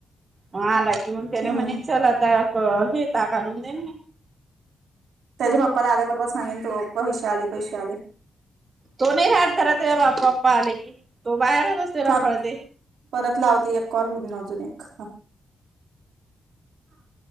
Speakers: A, on the right; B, on the right.
A: मग आला की म्हणेन
B: हम्म
A: चल आता घे <unintelligible> ता का आणून दे
B: त्याच्या पप्पा ला आल्या बरोबर सांगेन तो पैसे आले पैसे आले
A: तो नाही राहात घरात बा्पा पप्पा आले की तो बाहेरच असते रखडते
B: थांब परत लावत एक कॉल म्हणून अजून एक <unintelligible>